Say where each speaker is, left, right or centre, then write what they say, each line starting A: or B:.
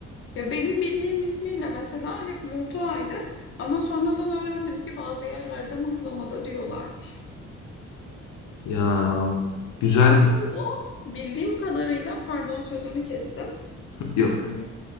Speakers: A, on the left; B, on the left.
A: Ya benim bildiğim ismiyle mesela hep Murtua'ydı ama sonradan öğrendim ki bazı yerlerde mıhlamada diyorlarmış.
B: Ya güzel.
A: Aslında o bildiğim kadarıyla pardon sözünü kestim.
B: Yok.
A: Hmm,